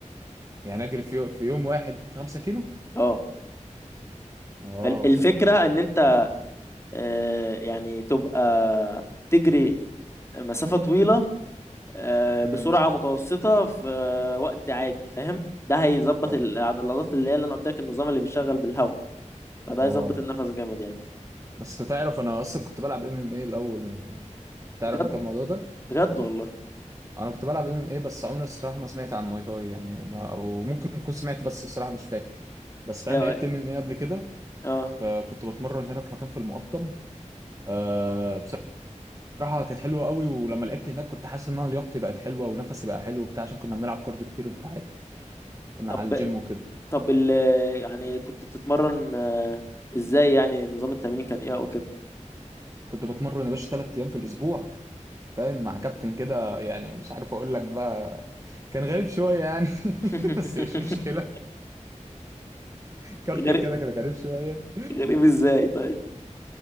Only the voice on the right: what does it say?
يعني اجري في يو- في يوم واحد 5 كيلو
اه
اه
امم
طب
اه
بس تعرف انا اصلا كنت بلعب ام ام ايه الاول تعرف
انت الموضوع ده
انا كنت بلعب ام ام ايه بس عمري الصراحه ما سمعت عن ماي تاي يعني ما او ممكن اكون سمعت بس الصراحه مش فاكر بس فاهم
لعبت ام ام ايه قبل كده
فكنت بتمرن هنا في مكان في المقطم أه بصراحه كانت حلوه قوي ولما لعبت هناك كنت حاسس ان انا لياقتي بقت حلوه ونفسي بقى حلو وبتاع عشان كنا بنلعب كارديو كتير انت عارف مع
الجيم وكده
كنت بتمرن يا باشا ثلاث ايام في الاسبوع فاهم مع كابتن كده يعني مش عارف اقول لك بقى كان غريب شويه يعني
<laughs> بس مش مشكله كابتن
كده كده كريم شويه